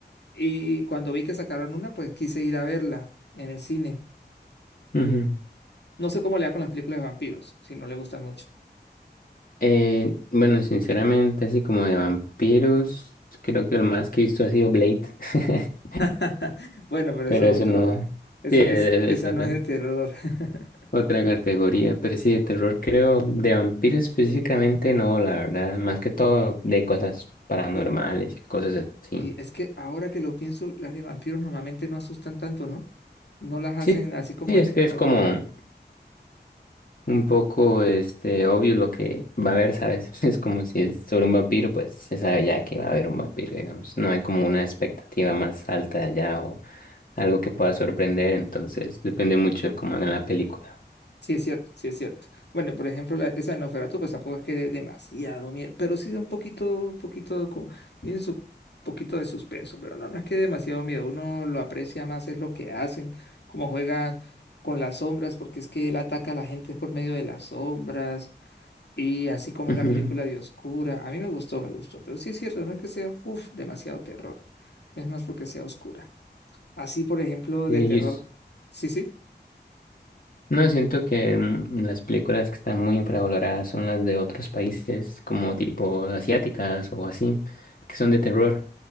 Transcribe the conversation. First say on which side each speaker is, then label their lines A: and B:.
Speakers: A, on the left (about 70°); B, on the left (about 50°).
A: Y cuando vi que sacaron una, pues quise ir a verla en el cine.
B: Ujú.
A: No sé cómo le da con las películas de vampiros, si no le gustan mucho.
B: Eh, bueno, sinceramente, así como de vampiros, creo que lo más que he visto ha sido Blade. <laughs>
A: <laughs> Bueno, pero
B: Pero
A: eso es
B: eso
A: otro.
B: no.
A: Ese-
B: Sí, e-
A: es- esa
B: e- eso.
A: no
B: ¿No?
A: es de terror. <laughs>
B: Otra categoría, pero sí, de terror creo, de vampiros específicamente no, la verdad, más que todo de cosas paranormales
A: Bu-
B: y cosas así.
A: Y es que ahora que lo pienso, las de vampiros normalmente no asustan tanto, ¿no? No las hacen
B: Sí,
A: así como
B: sí,
A: de
B: es
A: terror.
B: que es como un poco este obvio lo que va a haber, ¿sabes? <laughs> Es como si es sobre un vampiro, pues se sabe ya que va a haber un vampiro, digamos. No hay como una expectativa más alta allá o algo que pueda sorprender, entonces depende mucho de cómo hagan la película.
A: Sí, es cierto, sí es cierto. Bueno, por ejemplo, la- esa de Nosferatu, pues tampoco es que dé demasiado miedo, pero sí da un poquito, poquito, como, tiene su poquito de suspenso, pero no, no es que dé demasiado miedo. Uno lo aprecia más, es lo que hacen, cómo juegan con las sombras, porque es que él ataca a la gente por medio de las sombras, y así como
B: Ujú.
A: es la película de Oscura. A mí me gustó, me gustó, pero sí es cierto, no es que sea, uf, demasiado terror. Es más porque sea oscura. Así, por ejemplo,
B: Sí,
A: de terror.
B: yo
A: Sí, sí,
B: No, siento que mm, las películas que están muy infravaloradas son las de otros países, como tipo asiáticas o así, que son de terror.